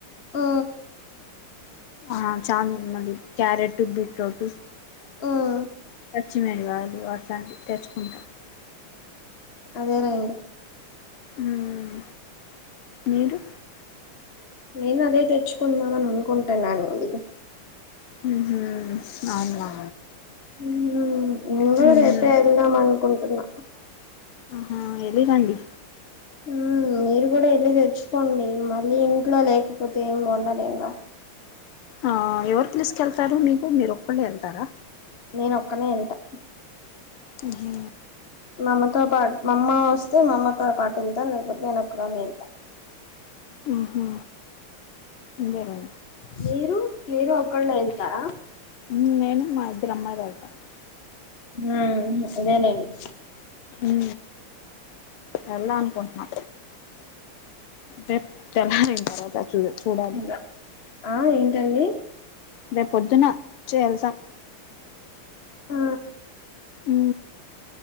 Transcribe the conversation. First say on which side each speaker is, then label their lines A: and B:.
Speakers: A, on the left; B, on the left.
A: ఓ
B: ఆ ఛామ మళ్ళీ క్యారెట్ బీట్రోటు
A: మ్మ్
B: పచ్చిమిరప కాయలు అట్లాంటివి తెచ్చుకుంటా
A: అదేలెండి
B: ఉం మీరు
A: నేను అదే తెచ్చుకుందాం అని అనుకుంటున్నానండి
B: హు హమ్ అవునా
A: మ్మ్ నేను
B: హు
A: కూడా రేపే
B: హమ్
A: వెళ్దాం అనుకుంటున్నా
B: ఆహా వెళ్లి రండి
A: ఉం మీరు కూడా వెళ్ళి తెచ్చుకోండి మళ్ళీ ఇంట్లో లేకపోతే ఏమి బా అనేగా
B: ఆ ఎవరు పిలిసుకు వెళ్తారు మీకు మీరు ఒక్కళ్ళే వెళ్తారా
A: నేన ఒక్కనే వెళ్తా
B: ఉహు
A: మామ్మతో పాటు మా అమ్మ వస్తే మా అమ్మతో పాటు వెళ్తా లేకపోతే నేను ఒక్కదాన్నే వెళ్తా
B: ఉహు ఇంకేమి
A: మీరు మీరు ఒక్కళ్లే వెళ్తారా
B: ఉ నేను మా ఇద్దరు అమ్మయి వెళ్తాం
A: ఆ అదే లేండి
B: ఉ వెళ్దా అనుకుంటున్నా రేప్ తెల్లారిన తర్వాత చుడా చూడాలి
A: హలో ఆ ఏంటండి
B: రేపు పొద్దున చేయల్సాం
A: ఆ
B: ఉ